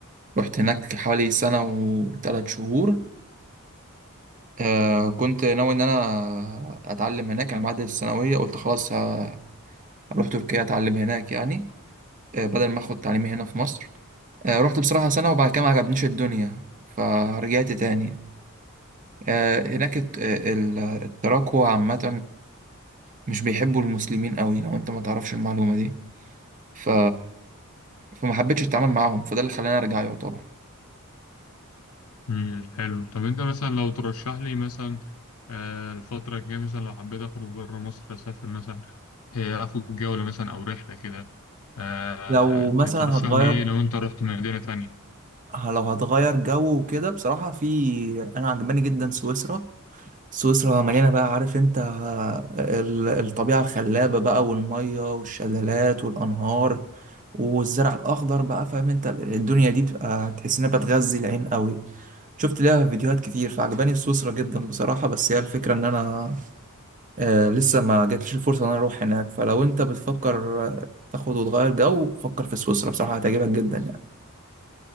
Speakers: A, on the right (about 35°); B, on the left (about 80°).
A: رحت هناك حوالي سنة وثلاث شهور آه كنت ناوي إن أنا أتعلم هناك يعني بعد الثانوية قلت خلاص ه- هروح تركيا أتعلم هناك يعني آه بدل ما أخد تعليمي هنا في مصر آه رحت بصراحة سنة وبعد كده ما عجبنيش الدنيا فرجعت تاني آه هناك الت- آه، ال- التراكوة عامة مش بيحبوا المسلمين قوي لو انت ما تعرفش المعلومة دي ف... فما حبيتش اتعامل معاهم فده اللي خلاني ارجع يعتبر
B: امم حلو طب أنت مثلا لو ترشح لي مثلا آه، الفترة الجاية مثلا لو حبيت أخرج بره مصر أسافر مثلا آه، أخد جولة مثلا أو رحلة كده آه،
A: لو
B: ترشح
A: مثلا هتغير
B: لي إيه لو أنت رحت مدينة تانية
A: ه- لو هتغير جو وكده بصراحة في أنا عجباني جدا سويسرا سويسرا مليانة بقى عارف أنت آه، ال- الطبيعة الخلابة بقى والمية والشلالات والأنهار والزرع الأخضر بقى فاهم أنت ال- الدنيا دي بتبقى تحس إنها بتغذي العين قوي شفت ليها فيديوهات كتير فعجباني سويسرا جدا بصراحة بس هي الفكرة إن أنا آه لسه ما جاتليش الفرصة ان انا اروح هناك فلو انت بتفكر آه، تاخد وتغير جو فكر في سويسرا بصراحة هتعجبك جدا يعني